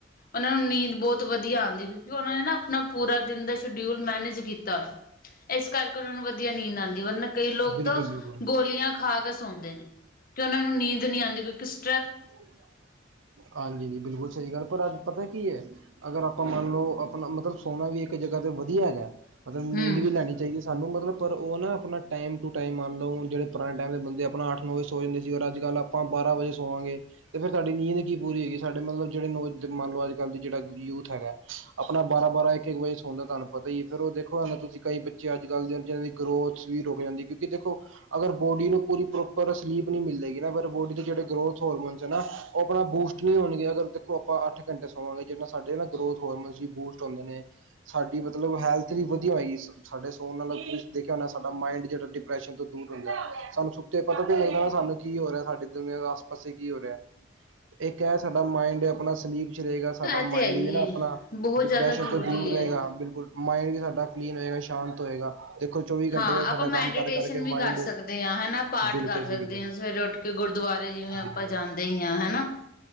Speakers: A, on the left; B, on the right.
A: ਉਹਨਾ ਨੂੰ ਨੀਂਦ ਬਹੁਤ ਵਧੀਆ ਆਉਂਦੀ ਕਿਉਂਕਿ ਉਹਨਾਂ ਨੇ ਨਾ ਆਪਣਾ ਪੂਰਾ ਦਿਨ ਦਾ ਸ਼ਡਿਊਲ ਮੈਨੇਜ ਕੀਤਾ। ਇਸ ਕਰਕੇ ਉਹਨਾਂ ਨੂੰ ਵਧੀਆ ਨੀਂਦ ਆਣਦੀ, ਵਰਨਾ ਕਈ ਲੋਕ
B: ਬਿਲਕੁਲ
A: ਤੋ,
B: ਬਿਲਕੁਲ
A: ਗੋਲੀਆਂ ਖਾਂ ਕੇ ਸੌਂਦੇ ਨੇ। ਤੇ ਉਹਨਾਂ ਨੂੰ ਨੀਂਦ ਨੀ ਆਣਦੀ ਕਿਉਂ ਉਸ
B: ' <inaudible> ' ਹਾਂਜੀ, ਬਿਲਕੁਲ ਸਹੀ ਗੱਲ। ਪਰ, ਅੱਜ ਪਤਾ ਕੀ ਐ ਅਗਰ ਆਪਾਂ ਮੰਨ ਲੋ, ਆਪਣਾ ਮਤਲਬ ਸੋਨਾ ਵੀ ਇੱਕ ਜਗ੍ਹਾ ਤੇ ਵਧੀਆ ਹੈਗਾ, ਮਤਲਬ
A: ਹਮ।
B: ਨੀਂਦ ਵੀ ਲੈਣੀ ਚਾਹੀਦੀ ਸਾਨੂੰ ਮਤਲਬ ਪਰ ਉਹ ਨਾ ਆਪਣਾ ਟਾਈਮ-ਟੂ- ਟਾਈਮ ਮੰਨ ਲੋ, ਜਿਹੜੇ ਪੁਰਾਣੇ ਟਾਈਮ ਦੇ ਬੰਦੇ ਆਪਣਾ ਅੱਠ- ਨੌਂ ਵਜੇ ਸੌਂ ਜਾਂਦੇ ਸੀ, ਉਹ ਅੱਜ -ਕੱਲ੍ਹ ਆਪਾਂ ਬਾਰਾਂ ਵਜੇ ਸੋਵਾਂਗੇ। ਤੇ ਫਿਰ ਸਾਡੀ ਨੀਂਦ ਕੀ ਪੂਰੀ ਹੋਏਗੀ। ਸਾਡੇ ਮਤਲਬ ਜਿਹੜੇ ਨੌਜ ਦੇ ਮਨ ਲੋ, ਅੱਜ- ਕੱਲ੍ਹ ਜਿਹੜਾ ਯੂ -ਥ ਹੈਗਾ। ਆਪਣਾ ਬਾਰਾਂ-ਬਾਰਾਂ, ਇੱਕ-ਇੱਕ ਵਜੇ ਸੋਣਦਾ ਤਾਨੂੰ ਪਤਾ ਹੀ ਏ। ਫਿਰ ਔ ਦੇਖੋਂ ਆ ਨਾ ਤੁਸੀਂ, ਕਈ ਬੱਚੇ ਅੱਜ ਕੱਲ੍ਹ ਦੇ ਜਿਹਨਾਂ ਦੀ ਗਰੋਥ ਵੀ ਰੁਕ ਜਾਂਦੀ ਕਿਉਂਕਿ ਦੇਖੋਂ ਅਗਰ ਬੌਡੀ ਨੂੰ ਪੂਰੀ ਪ੍ਰੋਪਰ ਸਲੀਪ ਨਹੀਂ ਮਿਲੇ ਬੌਡੀ ਦੇ ਜਿਹੜੇ ਗਰੋਥ ਹੋਰਮੋਨਸ ਏ ਨਾ, ਉਹ ਆਪਣਾ ਬੂਸਟ ਨਹੀਂ ਹੋਣਗੇ ਅਗਰ ਦ ਆਪਾਂ ਅੱਠ ਘੰਟੇ ਸੋਵਾਂਗੇ, ਜਿੰਨਾਂ ਸਾਡੇ ਨਾ ਗਰੋਥ ਹੋਰਮੋਨਸ ਜੀ ਬੂਸਟ ਹੁੰਦੇ ਨੇ। ਸਾਡੀ ਮਤਲਬ ਹੈਲਥ ਵੀ ਵਧੀਆ ਹੋਏਗੀ। ਸ ਸਾਡੇ ਸੌਣ ਨਾਲ ' <unintelligible> ' ਦੇਖਿਆ ਹੌਣਾ ਸਾਡਾ ਮਾਈਡ ਜਿਹੜਾ ਡਿਪ੍ਰੈਸ਼ਨ ਤੋਂ ਦੂਰ ਰਹਿੰਦਾ। ਸਾਨੂੰ ਸੁੱਤੇ ਪਤਾ ਤੇ ਲੱਗਦਾ ਨਾ ਸਾਨੂੰ ਕਿ ਹੋ ਰਿਹਾ, ਸਾਡੀ ਦੁਨੀਆਂ ਦੇ ਆਸ-ਪਾਸੇ ਕਿ ਹੋ ਰਿਹਾ? ਇੱਕ ਹੈ ਸਾਡਾ, ਮਾਇੰਡ ਆਪਣਾ ਸਲੀਪ 'ਚ ਰਹੇਗਾ। ਸਾਡਾ
A: ਇਹ ਤੇ
B: ਮਾਇੰਡ
A: ਹੈ ਹੀ
B: ਵੀ ਨਾ
A: ਹੈ,
B: ਆਪਣਾ
A: ਬਹੁਤ
B: ਡਿਪਰੈਸ਼ਨ
A: ਜ਼ਿਆਦਾ ਜ਼ਰੂਰੀ
B: ਤੋਂ ਦੂਰ ਰਹੇਗਾ,
A: ਹੈ।
B: ਬਿਲਕੁਲ। ਮਾਇੰਡ ਸਾਡਾ ਕਲੀਨ ਹੋਏਗਾ, ਸ਼ਾਂਤ ਹੋਏਗਾ। ਦੇਖੋ ਚੌਵੀ ਘੰਟੇ
A: ਹਾਂ,
B: ਦਾ ਸਾਡਾ
A: ਆਪਾਂ ਮੈਡੀਟੇਸ਼ਨ
B: ਕੰਮ ਕਰ ਕਰਕੇ
A: ਵੀ
B: ਮਾਇੰਡ
A: ਕਰ ਸਕਦੇ ਹਾਂ, ਹੈਨਾ। ਪਾਠ
B: ਬਿਲਕੁਲ
A: ਕਰ ਸਕਦੇ
B: ਬਿਲਕੁਲ
A: ਆ, ਸਵੇਰੇ ਉੱਠ ਕਿ ਗੁਰਦੁਆਰੇ ਜਿਵੇਂ ਆਪਾਂ
B: ਬਿਲਕੁਲ
A: ਜਾਂਦੇ ਹੀ ਆਂ, ਹੈਨਾ?